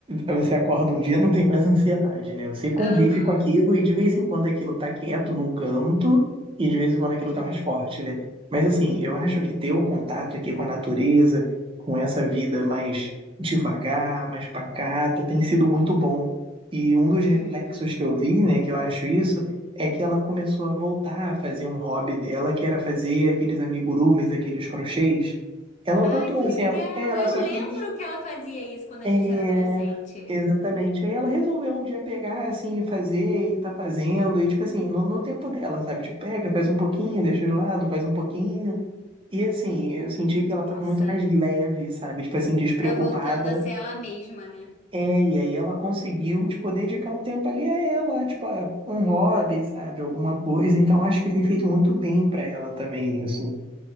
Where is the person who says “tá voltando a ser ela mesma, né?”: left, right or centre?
Left